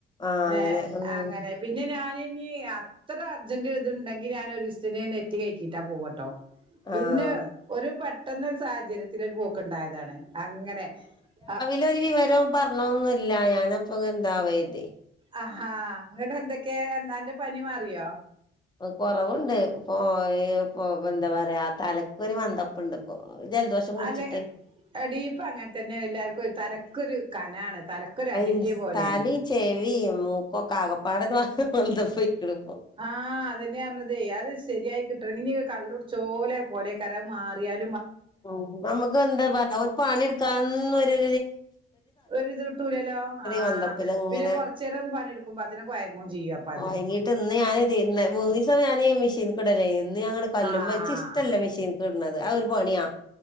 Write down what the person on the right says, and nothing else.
ഏ
അങ്ങനെ പിന്നെ ഞാന് ഇനി അ അത്ര അർജന്റ് ഇതുണ്ടെങ്കിൽ ഞാൻ ഒരു ദിവസത്തിനു നെറ്റ് കേറ്റിയിട്ട പോവുട്ടോ
ഇന്ന് ഒരു പെട്ടെന്ന് സാഹചര്യത്തിൽ ഒരു പോക്കുണ്ടായതാണ്. അങ്ങനെ ആ
ആഹാ ങ്ങട്ട് എന്തൊക്കെ അന്റെ പനി മാറിയോ.
അല്ലെ എടിപൊഅങ്ങനെ തന്നെയ എല്ലർക്കും തലക്കൊ ഒരു കനാണ്. തലക്കൊരു അടിറ്റിയ
പോലെയാണ്
ആഹ അതന്നെയ പറഞ്ഞതേ അത് ശരിയായി കിട്ടണം ഇനി കള്ള്ട്ച്ചോ ലെ പോലെയ്കാരം മാറിയാല..
ഒരു ഇത് കിട്ടൂലല്ലോ ആ
പിന്നെ കുറച്ച നേരം ഒന്ന് പണിയെടുക്കുമ്പോ തിനെ കോയങ്ങും ചെയ്യും അപ്പൊ.
ആഹ്
ആഹ്